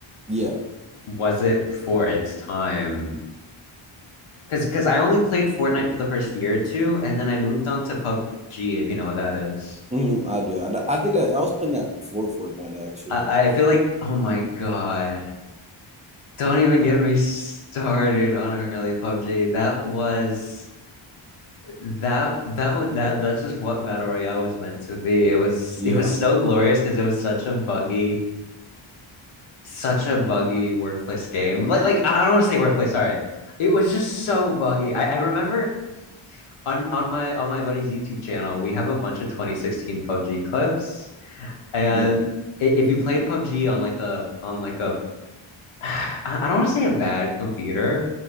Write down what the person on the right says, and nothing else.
Yeah.
Mhm, I do. I, I think I, I was playing that before Fortnite, actually.
Yeah,
yeah.